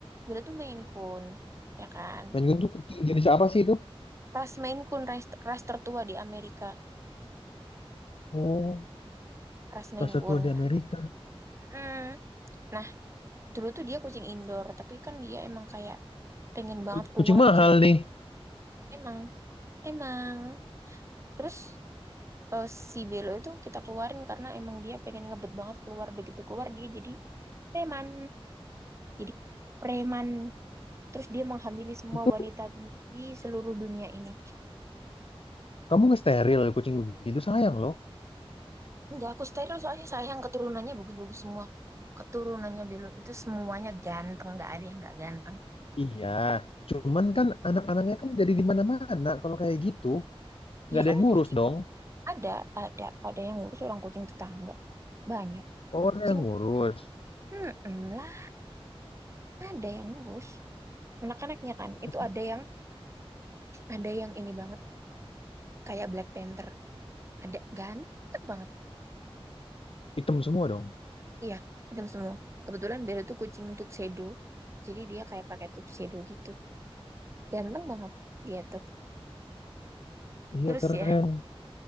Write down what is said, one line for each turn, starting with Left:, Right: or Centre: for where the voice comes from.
Right: Dulu tuh Maine Coon, ya kan?
Left: Maine Coon tuh kucing jenis apa sih itu?
Right: Ras Maine Coon, ras, ras tertua di Amerika.
Left: Oh,
Right: Ras Maine
Left: rasa
Right: Coon.
Left: tua di Amerika.
Right: Mm. Nah, dulu tuh dia kucing indoor, tapi kan dia emang kayak pengen banget
Left: Ku-
Right: keluar
Left: Kucing mahal
Right: gitu loh.
Left: nih.
Right: Emang, emang. Terus eh, si Belo itu kita keluarin karena emang dia pengen ngebet banget keluar. Begitu keluar dia jadi preman. Jadi preman. Terus dia menghamili semua
Left: Itu
Right: wanita di seluruh dunia ini.
Left: Kamu ngesteril kucing begitu sayang loh.
Right: Enggak, aku steril soalnya sayang keturunannya bagus-bagus semua. Keturunannya Belo itu semuanya ganteng, nggak ada yang nggak ganteng.
Left: Iya, cuman kan anak-anaknya kan jadi di mana-mana kalau kayak gitu. Nggak
Right: Ya
Left: ada
Right: kan
Left: yang ngurus
Right: kucing
Left: dong.
Right: ada, ada, ada yang ngurus orang kucing tetangga. Banyak.
Left: Oh, ada
Right: Kucing,
Left: yang ngurus.
Right: hmm, lah, ada yang ngurus. Anak-anaknya kan, itu
Left: Tapi
Right: ada yang, ada yang ini banget, kayak Black Panther. Ada, ganteng banget.
Left: hitam semua dong.
Right: Iya, hitam semua. Kebetulan Belo tuh kucing tuxedo. Jadi dia kayak pakai tuxedo gitu. Ganteng banget dia tuh.
Left: Iya,
Right: Terus
Left: keren.
Right: ya,